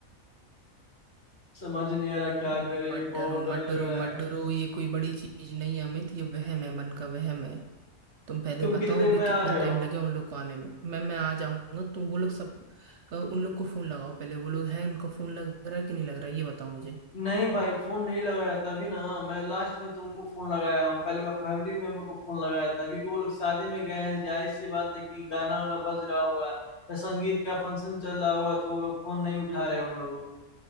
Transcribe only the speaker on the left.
समझ नहीं आ रहा क्या
करे बहुत
डर
लग
रहा
है
तुम
कितने देर
में आ
रहे हो
नहीं भाई फोन नहीं लग रहा तभी ना मैं लास्ट में तुमको फोन लगाया हूँ पहले मैं फैमिली मेंबर को फोन लगाया था क्योंकि वो लोग शादी में गए हैं जाहिर सी बात है कि गाना वाना बज रहा होगा या संगीत का फंक्शन चल रहा होगा तो वो लोग फोन नहीं उठा रहे हैं उन लोगों